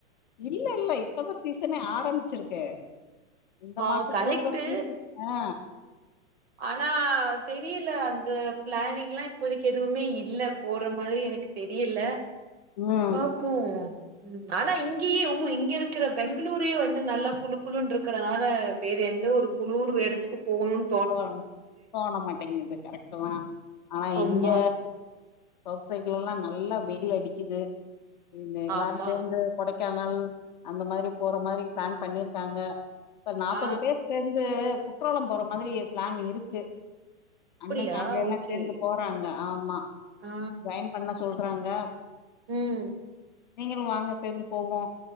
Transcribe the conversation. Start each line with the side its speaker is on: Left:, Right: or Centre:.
Left: இல்ல இல்ல இப்பதா சீசனே ஆரம்பிச்சிருக்கு இந்த
Right: ஆ
Left: மாசத்துல
Right: கரெக்ட்டு.
Left: இருந்தா சீசன் ஆ
Right: ஆனா தெரியல அந்த பிளானிங்ல்லா இப்போதைக்கு எதுவுமே இல்ல போற மாரி எனக்கு தெரியல
Left: ம்
Right: பாப் போ ம் ஆனா இங்கேயே ஊ இங்க இருக்கற பெங்களூரே வந்து நல்ல குழு குழுன்ருக் கறனால வேற எந்த ஒரு குளூர் எடத்துக்கு போகணுன்
Left: தோ தோண மாட்டேங்குது கரெக்ட்டு தா ஆனா
Right: ஆமா.
Left: இங்க சவுத் சைட்லல்லா நல்லா வெயில் அடிக்குது ம் எல்லாரு
Right: ஆமா.
Left: சேர்ந்து கொடைக்கானல் அந்த மாரி போற மாரி பிளான் பண்ணிருக்காங்க இப்ப நாப்பது
Right: ஆ
Left: பேர் சேந்த் து குற்றாலம் போற மாதிரி பிளான் இருக்கு
Right: அப்படியா?
Left: அண்ண ஃபேமிலிய எல்லா
Right: ஓகே.
Left: சேந்து போறாங்க ஆமா
Right: ஆ.
Left: ஜாயின் பண்ண சொல்றாங்க
Right: ம்
Left: நீங்களும் வாங்க சேந்து போவோ